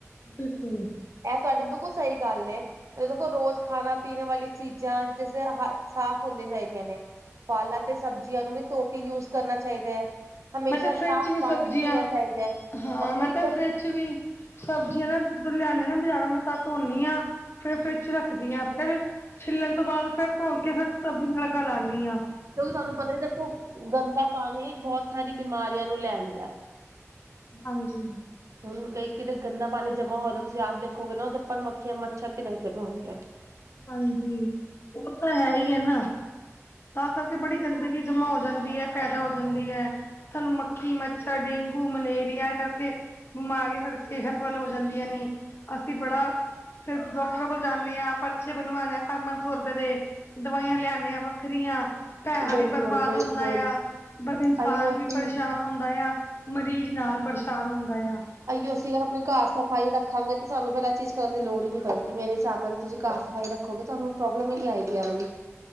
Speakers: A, on the left; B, on the right.
A: ਬਿਲਕੁਲ।
B: ਇਹ ਤੁਹਾਡੀ, ਬਿਲਕੁਲ ਸਹੀ ਗੱਲ ਏ। ਦੇਖੋ ਰੋਜ਼ ਖਾਣਾ, ਪੀਣ ਵਾਲੀ ਚੀਜ਼ਾਂ ਜਿਸ ਹੱਥ ਸਾਫ਼ ਹੋਣੀਆਂ ਚਾਹੀਦੀਆ ਨੇ। ਫਲ ਅਤੇ ਸਬਜ਼ੀਆਂ ਨੂੰ ਵੀ, ਧੋ ਕੇ ਯੂਜ ਕਰਨਾ ਚਾਹੀਦਾ ਹੈ। ਹਮੇਸ਼ਾ
A: ਮੈਂ ਤੇ
B: ਸਾਫ਼
A: ਫਰਿਜ ਚ ਵੀ
B: ਪਾਣੀ
A: ਸਬਜ਼ੀਆਂ
B: ਪੀਣਾ ਚਾਹੀਦਾ ਹੈ
A: ਹਾਂ,
B: ਔਰ
A: ਮੈ
B: ਕਿਉਂਕਿ
A: ਤੇ
B: ਗੰ
A: ਫਰਿਜ ਚ ਵੀ ਸਬਜ਼ੀਆਂ ਨਾ ਜਦੋਂ ਲਿਆਣੇ ਨਾ ਬਾਜ਼ਾਰਾਂ ਮੈਂ ਤਾਂ ਧੋਦੀ ਆ ਫੇਰ ਫਰਿਜ ਚ ਰੱਖਦੀ ਹਾਂ ਫੇਰ ਛਿੱਲਣ ਤੋਂ ਬਾਅਦ ਫੇਰ ਧੋ ਕੇ, ਫਿਰ ਸਬਜ਼ੀ ਨੂੰ ਤੜਕਾ ਲਾਉਦੀ ਹਾਂ।
B: ਕਿਉਕਿ ਤੁਹਾਨੂੰ ਪਤਾ ਹੀ ਦੇਖੋ, ਗੰਦਾ ਪਾਣੀ ਬਹੁਤ ਸਾਰੀ ਬਿਮਾਰੀਆਂ ਨੂੰ ਲੈ ਆਂਦਾ।
A: ਹਾਂਜੀ।
B: ਹੁਣ ਕਈ ਕਿਤੇ ਗੰਦਾ ਪਾਣੀ ਜਮਾ ਹੋ, ਤੁਸੀਂ ਆਪ ਦੇਖੋਗੇ ਨਾ ਉਹਦੇ ਉੱਪਰ ਮੱਖੀਆਂ ਮੱਛਰ ਭਿਨਕ ਦੇ ਹੋਣਗੇ।
A: ਹਾਂਜੀ, ਉਹ ਤਾਂ ਹੈ ਹੀ ਹੈ ਨਾ। ਤਾਂ ਕਰਕੇ ਬੜੀ ਗੰਦਗੀ ਜਮਾਂ ਹੋ ਜਾਂਦੀ ਹੈ, ਪੈਦਾ ਹੋ ਜਾਂਦੀ ਹੈ ਤਾਨੂੰ ਮੱਖੀ, ਮੱਛਰ, ਡੇਂਗੂ, ਮਲੇਰੀਆ ਏ ਕਰਕੇ ਬਿਮਾਰੀਆਂ, ਸਾਡੇ ਸਿਹਤ ਵੱਲ ਹੋ ਜਾਂਦੀਆਂ ਨੇ ਅਸੀਂ ਬੜਾ ਫਿਰ ਡਾਕਟਰ ਕੋਲ ਜਾਨੇ ਆ, ਪਰਚੇ ਬਣਵਾਣੇ ਆ, ਪੰਜ-ਪੰਜ ਸੌ ਰੁਪਏ ਦੇ, ਦਵਾਈਆਂ ਲਿਆਨੇ ਆ ਵੱਖਰੀਆਂ, ਪੈਸਾ
B: ਬਿਲਕੁਲ
A: ਵੀ ਬਰਬਾਦ
B: ਬਿਲਕੁਲ
A: ਹੁੰਦਾ ਆ, ਬਸ ਇਨਸਾਨ
B: ਅਈਓ ਅਸੀਂ
A: ਵੀ ਪਰੇਸ਼ਾਨ ਹੁੰਦਾ ਆ ਮਰੀਜ਼ ਨਾਲ ਪਰੇਸ਼ਾਨ ਹੁੰਦਾ ਯਾ।
B: ਆਈਓ ਅਸੀਂ ਆਪਨੇ ਘਰ ਸਫ਼ਾਈ ਰੱਖਾਂਗੇ ਤੇ ਸਾਨੂੰ ਫਿਰ ਐ ਚੀਜ਼ ਕਰਨ ਦੀ ਲੋੜ ਹੀ ਨੀ ਪਏਗੀ, ਮੇਰੇ ਸਾਬ ਨਾਲ ਤੁਸੀਂ ਘਰ ਸਫ਼ਾਈ ਰੱਖੋਗੇ, ਤੁਹਾਨੂੰ ਪ੍ਰੋਬਲਮ ਹੀ ਨੀ ਆਏਗੀ ਆ ਵਾਲੀ।